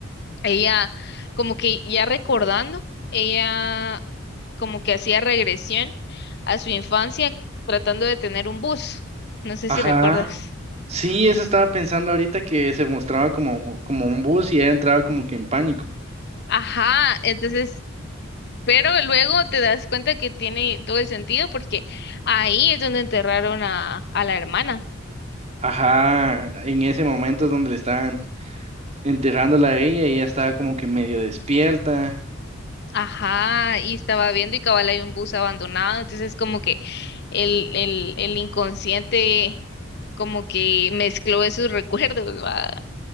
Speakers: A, on the left; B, on the right.
A: ella como que ya recordando, ella como que hacía regresión a su infancia tratando de tener un bus. No sé
B: Ajá.
A: si recuerdas.
B: Sí, eso estaba pensando ahorita que se mostraba como, como un bus y ella entraba como que en pánico.
A: Ajá, entonces Pero luego te das cuenta que tiene todo el sentido porque ahí es donde enterraron a, a la hermana.
B: Ajá, en ese momento es donde le estaban enterrándola a ella y ella estaba como que medio despierta.
A: Ajá, y estaba viendo y cabal hay un bus abandonado, entonces como que el, el, el inconsciente como que mezcló esos <laughs> recuerdos, ¿va?